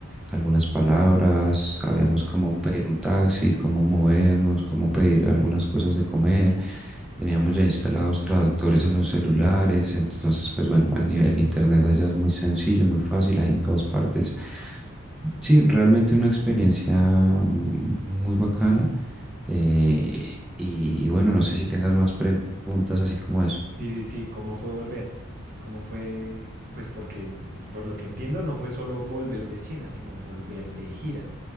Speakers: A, in the centre; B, on the right.
A: algunas palabras,
B: Sí.
A: sabíamos cómo pedir un taxi, cómo movernos, cómo pedir algunas cosas de comer. Teníamos ya instalados traductores en los celulares, entonces, pues bueno, el nivel, el internet allá es muy sencillo, muy fácil, hay en todas partes. Sí, realmente una experiencia mm, muy bacana. eh, y y bueno, no sé si tengas más preguntas así como eso.
B: Sí, sí, sí, ¿cómo fue volver? ¿Cómo fue? Pues porque, por lo que entiendo, no fue solo volver de China, sino volver de gira.